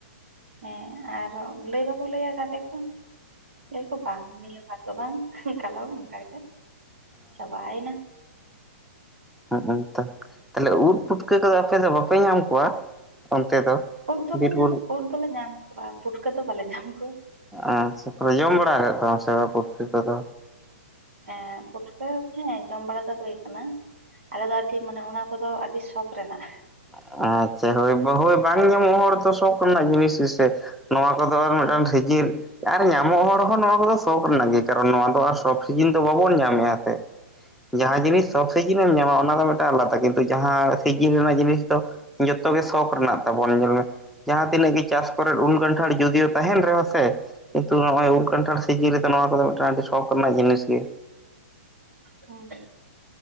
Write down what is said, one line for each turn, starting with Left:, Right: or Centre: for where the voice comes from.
Right: ᱦᱮᱸ, ᱟᱨᱚ ᱞᱟᱹᱭ ᱵᱟᱠᱚ, ᱞᱟᱹᱭᱟ ᱜᱟᱛᱮ ᱠᱚᱸ᱾ ᱞᱟᱹᱭ ᱠᱚ ᱵᱟᱝ ᱱᱤᱭᱟᱹ ᱵᱷᱟᱨ ᱫᱚ ᱵᱟᱝ ᱩᱸ ᱠᱟᱞᱚᱢ ᱚᱝᱠᱟ ᱠᱟᱛᱮ ᱪᱟᱵᱟᱭᱮᱱᱟ᱾
Centre: ᱦᱩᱸᱜ ᱩᱸ ᱛᱚ ᱛᱟᱞᱮ ᱩᱫ ᱯᱩᱴᱠᱟᱹ ᱠᱚᱫᱚ, ᱟᱯᱮ ᱫᱚ ᱵᱟᱯᱮ ᱧᱟᱢ ᱠᱚᱣᱟ, ᱚᱱᱛᱮ ᱫᱚ?
Right: ᱩᱫ ᱫᱚᱞᱮ
Centre: ᱵᱤᱨᱵᱩᱨᱩ
Right: ᱧᱟᱢ, ᱩᱫ ᱫᱚᱞᱮ ᱧᱟᱢ ᱠᱚᱣᱟ, ᱯᱩᱴᱠᱟᱹ ᱫᱚ ᱵᱟᱞᱮ ᱧᱟᱢ ᱠᱚᱣᱟ!
Centre: ᱟᱼᱪᱪᱷᱟ, ᱥᱮ ᱯᱚᱨᱮ ᱡᱚᱢ ᱵᱟᱲᱟ ᱠᱟᱜ ᱠᱚᱣᱟᱢ ᱥᱮ ᱵᱟ ᱯᱩᱴᱠᱟᱹ ᱠᱚᱫᱚ?
Right: ᱮᱸ ᱯᱩᱴᱠᱟᱹ ᱦᱮᱸᱻ, ᱡᱚᱢ ᱵᱟᱲᱟ ᱫᱚ ᱦᱩᱭ ᱠᱟᱱᱟ᱾ ᱟᱞᱮᱫᱚ ᱟᱹᱰᱤ, ᱢᱟᱱᱮ ᱚᱱᱟ ᱠᱚᱫᱚ ᱟᱹᱰᱤ ᱥᱚᱠ ᱨᱮᱱᱟᱜ᱾
Centre: ᱟᱪᱪᱟ, ᱦᱳᱭ, ᱵᱳᱦᱳᱭ ᱵᱟᱝ ᱧᱟᱢᱚᱜ ᱦᱚᱲ ᱛᱚ, ᱥᱚᱠ ᱱᱟᱜ ᱡᱤᱱᱤᱥ ᱜᱮᱥᱮ ᱱᱚᱣᱟ ᱠᱚᱫᱚ᱾ ᱛᱚ ᱟᱨ
Right: ᱦᱮᱸ
Centre: ᱢᱤᱴᱟᱝ ᱥᱤᱡᱤᱞ ᱟᱨ ᱧᱟᱢᱚᱜ ᱦᱚᱲ ᱦᱚᱸ ᱱᱚᱣᱟ ᱠᱚᱫᱚ ᱥᱚᱠ ᱨᱮᱱᱟᱜ ᱜᱮ᱾ ᱠᱟᱨᱚᱱ ᱱᱚᱣᱟ ᱫᱚ ᱟᱨ ᱥᱚᱵᱽ ᱥᱤᱡᱤᱱ ᱫᱚ ᱵᱟᱵᱚᱱ ᱧᱟᱢᱮᱜᱼᱟ ᱥᱮ! ᱡᱟᱦᱟᱸ
Right: ᱦᱮᱸ
Centre: ᱡᱤᱱᱤᱥ ᱥᱚᱵᱽ ᱥᱤᱡᱤᱱᱮᱢ ᱧᱟᱢᱟ ᱚᱱᱟ ᱫᱚ ᱢᱤᱴᱟ ᱟᱞᱟᱫᱟ᱾ ᱠᱤᱱᱛᱩ ᱡᱟᱦᱟᱸ ᱥᱤᱡᱤᱱ ᱨᱮᱱᱟᱜ ᱡᱤᱱᱤᱥ ᱛᱚᱦ ᱡᱚᱛᱚ ᱜᱮ ᱥᱚᱠ ᱨᱮᱱᱟᱜ ᱛᱟᱵᱚᱱ ᱧᱮᱞ ᱢᱮ ᱡᱟᱦᱟᱸ ᱛᱤᱱᱟᱹᱜ ᱜᱮ ᱪᱟᱥ ᱠᱚᱨᱮ ᱩᱞ, ᱠᱟᱱᱴᱷᱟᱲ ᱡᱩᱫᱤᱭᱳ ᱛᱟᱦᱮᱱ ᱨᱮᱦᱚᱸ ᱥᱮ, ᱠᱤᱱᱛᱩ ᱶᱚᱜᱼᱚᱭ ᱩᱞ, ᱠᱟᱱᱴᱷᱟᱲ ᱥᱤᱡᱤᱱ ᱨᱮᱫᱚ, ᱱᱚᱣᱟ ᱠᱚᱫᱚ ᱢᱤᱜᱴᱟᱱ ᱟᱹᱰᱤ ᱥᱚᱠ ᱱᱟᱜ ᱡᱤᱱᱤᱥ ᱜᱮ᱾
Right: ᱦᱩᱸ᱾